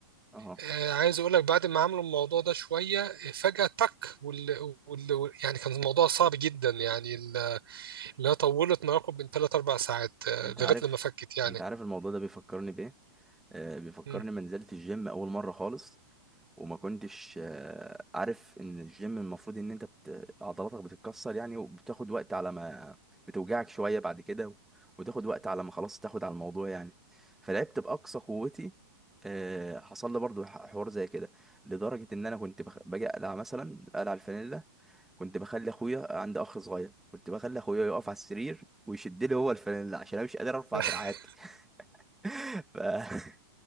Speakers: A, in the centre; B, on the right (about 85°).
A: اه
B: آه، عايز اقول لك بعد ما عملوا الموضوع ده شويه آه، فجاه تك وال... وال... يعني كان الموضوع صعب جدا يعني ال- اللي هي طولت ما يقرب من 3 4 ساعات آه،
A: انت
B: لغايه
A: عارف
B: لما فكت يعني
A: انت عارف الموضوع ده بيفكرني بايه آه، بيفكرني
B: مم.
A: ما نزلت الجيم اول مره خالص وما كنتش آه، عارف ان الجيم المفروض ان انت بت... عضلاتك بتتكسر يعني وبتاخد وقت على ما بتوجعك شويه بعد كده و... وتاخد وقت على ما خلاص تاخد على الموضوع يعني فلعبت باقصى قوتي آه، حصل لي برضو ح- حوار زي كده لدرجه ان انا كنت بخ... باجي اقلع مثلا اقلع الفانيلا كنت بخلي اخويا عندي اخ صغير كنت بخلي اخويا يقف على السرير ويشد لي هو الفانيلا عشان انا مش قادر ارفع
B: <laughs>
A: دراعاتي <laughs> ف...